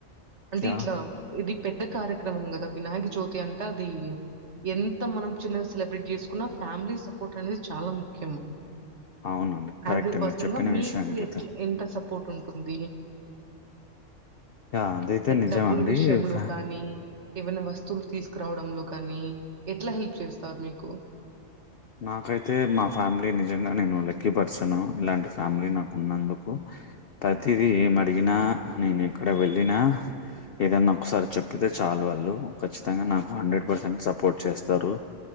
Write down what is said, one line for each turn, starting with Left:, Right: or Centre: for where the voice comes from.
Right: అంటే
Left: యా
Right: ఇట్లా ఇది పెద్ద కార్యక్రమం కదా వినాయక చవితి అంటే అది ఎంత మనం చిన్నగా సెలబ్రేట్ చేసుకున్నా ఫ్యామిలీ సపోర్ట్ అనేది చాలా ముఖ్యం
Left: అవునండి
Right: యాస్
Left: కరెక్టే
Right: ఎ పర్సన్
Left: మీరు చెప్పిన
Right: గా మీకు
Left: విషయం అయితే
Right: ఎట్లా ఎంత సపోర్ట్ ఉంటుంది
Left: యా అదైతే నిజం
Right: డబ్బులు
Left: అండి.
Right: విషయంలో కానీ ఏవైనా వస్తువులు తీసుకురావడంలో కానీ ఎట్ల హెల్ప్ చేస్తారు మీకు
Left: నాకైతే మా ఫ్యామిలీ నిజంగా నేను లక్కీ పర్సను ఇలాంటి ఫ్యామిలీ నాకు ఉన్నందుకు ప్రతిదీ ఏం అడిగినా నేను ఎక్కడ వెళ్ళినా ఏదన్న ఒకసారి చెప్పితే చాలు వాళ్ళు ఖచ్చితంగా నాకు హండ్రెడ్ పర్సెంట్ సపోర్ట్ చేస్తారు